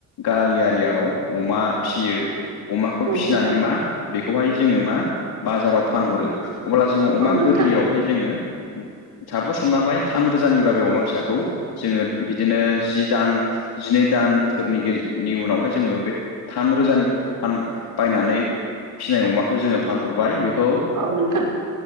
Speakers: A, on the left; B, on the right.
A: गामियारियाव अमा फिसियो अमाखौ
B: औ
A: फिसिनानै
B: नोंथां
A: मा बेखौहाय जोंङो मा बाजाराव फानहरो अब्ला जोंङो अमा
B: औ नोंथां
A: गोरलैयावहाय जोंङो सापस <inaudible> थाम रोजानि बाबै अमा फिसाखौ, जोंङो बिदिनो जि दान जिनै दानफोरनिनि उनावहाय जोंङो बे थाम रोजानि फान बायनानै फिननाय अमाखौ जोंङो फानहरबाय खौ ओ
B: औ नोंथां